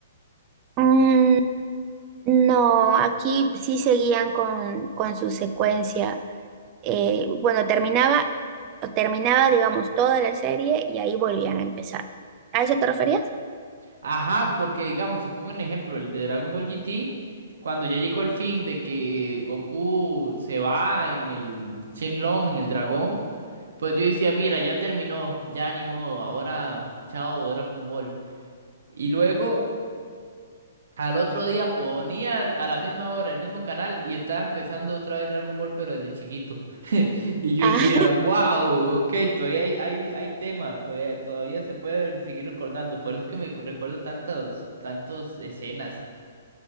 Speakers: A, on the right; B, on the right.
A: Mm, no, aquí sí seguían con, con su secuencia. Eh, bueno, terminaba, terminaba, digamos, toda la serie y ahí volvían a empezar. ¿A eso te referías?
B: Ajá, porque digamos, se pongo un ejemplo, el de Dragon Ball GT, cuando ya llegó el fin de que Goku se va en el Shenlong, en el dragón, pues yo decía, mira, ya terminó, ya ni modo, ahora chao Dragon Ball. Y luego al otro día ponía al- a la misma hora el mismo canal y estaba empezando otra vez Dragon Ball, pero desde chiquito. <laughs> Y yo
A: Ah,
B: decía,
A: <laughs>
B: wow, ok, todavía hay, hay, hay tema, todavía, todavía se puede seguir recordando. Por eso que me cu- recuerdo tantas, tantas escenas.